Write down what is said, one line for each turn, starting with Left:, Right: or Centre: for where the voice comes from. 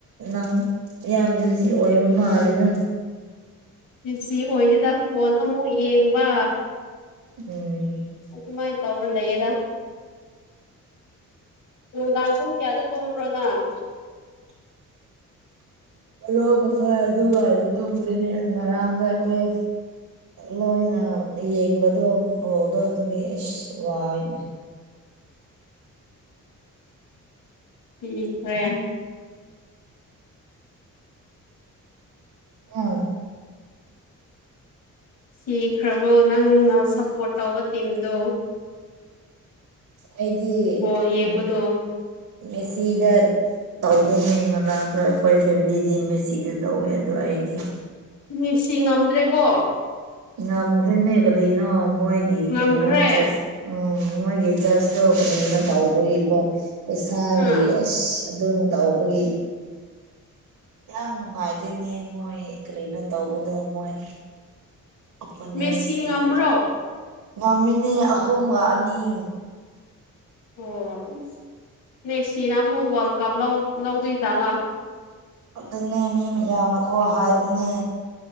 Right: ꯅꯪ ꯌꯥꯝ ꯕꯤꯖꯤ ꯑꯣꯏꯕ ꯃꯥꯜꯂꯤꯦꯗ
Left: ꯁꯤ ꯑꯣꯏꯗ ꯐꯣꯟ ꯑꯃꯨꯛ ꯌꯦꯡꯕ
Right: ꯎꯝ
Left: ꯁꯨꯃꯥꯏ ꯇꯧꯔ ꯂꯩꯌꯦꯗ ꯅꯨꯡꯗꯥꯡ ꯄꯨꯡ ꯀꯌꯥꯗ ꯇꯨꯝꯕ꯭ꯔꯣ ꯅꯪ
Right: <inaudible> ꯕꯥꯔꯣ ꯃꯈꯥꯏ ꯑꯗꯨ ꯍꯥꯏꯗ ꯇꯧꯈ꯭ꯔꯦꯅꯦ ꯉꯔꯥꯡꯗꯣ ꯑꯈꯣꯏ ꯂꯣꯏꯅ ꯌꯦꯡꯕꯗꯣ ꯕꯣꯜꯗꯣ ꯑꯗꯨꯒꯤ ꯑꯁ ꯋꯥꯏꯅꯦ
Left: ꯃꯤꯗꯤ ꯈꯔ ꯌꯥꯝ
Right: ꯎꯝ
Left: ꯁꯤꯈ꯭ꯔꯕꯣ ꯅꯪꯅ ꯁꯞꯄꯣꯔꯠ ꯇꯧꯕ ꯇꯤꯝꯗꯣ
Right: ꯑꯩꯗꯤ
Left: ꯕꯣꯜ ꯌꯦꯡꯕꯗꯣ
Right: ꯎꯝ ꯃꯦꯁꯤ ꯏꯗꯔ ꯇꯧꯔꯦꯍꯦꯉꯔꯥꯡꯗ ꯑꯩꯈꯣꯏ ꯐꯦꯃꯤꯂꯤꯗꯤ ꯃꯦꯁꯤꯗ ꯇꯧꯋꯦ ꯑꯗꯣ ꯑꯩꯗꯤ
Left: ꯃꯦꯁꯤ ꯉꯝꯗ꯭ꯔꯦꯀꯣ
Right: ꯅꯝꯒꯔꯤꯅꯦ ꯀꯔꯤꯅꯣ ꯃꯣꯏꯒꯤ
Left: ꯉꯝꯈ꯭ꯔꯦ
Right: ꯀꯔꯤꯅꯣ ꯆꯥꯁ ꯎꯝ ꯃꯣꯏꯒꯤ ꯖꯁꯇꯣ ꯀꯔꯤꯅꯣ ꯇꯧꯕꯒꯤꯀꯣ ꯄꯩꯁꯥꯒꯤ
Left: ꯑꯥ
Right: ꯑꯁ ꯑꯗꯨꯝ ꯇꯧꯕꯒꯤ ꯌꯥꯝ ꯅꯨꯡꯉꯥꯏꯇꯦꯅꯦ ꯃꯣꯏ ꯀꯔꯤꯅꯣ ꯇꯧꯕꯗꯣ ꯃꯣꯏ ꯑꯣꯄꯣꯅꯦꯟꯁꯀꯤ
Left: ꯃꯦꯁꯤ ꯉꯝꯕ꯭ꯔꯣ
Right: ꯉꯝꯃꯤꯅꯦ ꯑꯍꯨꯝꯒ ꯑꯅꯤ
Left: ꯑꯣ ꯃꯦꯁꯤꯅ ꯑꯃꯨꯛ ꯋꯥꯔꯜ ꯀꯞ ꯂꯧ ꯂꯧꯗꯣꯏ ꯆꯠꯂ
Right: ꯑꯗꯨꯅꯦ ꯃꯤ ꯃꯌꯥꯝꯅꯀꯣ ꯍꯥꯏꯕꯅꯦ